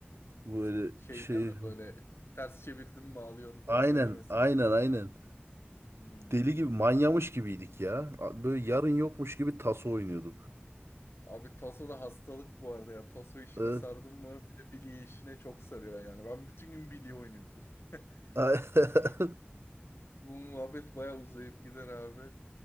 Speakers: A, on the left (about 75°); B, on the right (about 90°).
A: Hmm.
B: Böyle
A: Şey
B: şey...
A: mi böyle ters çevirdim mi ağlıyorsun falan
B: Aynen,
A: öyle misin?
B: aynen, aynen.
A: Hmm.
B: Deli gibi, manyamış gibiydik ya. Böyle yarın yokmuş gibi taso oynuyorduk.
A: Abi taso da hastalık bu arada ya. Taso işine
B: Ee,
A: sardım mı bir de bilye işine çok sarıyor yani. Ben bütün gün bilye oynuyordum. <laughs>
B: <laughs>
A: Ne? Bu muhabbet bayağı uzayıp gider abi.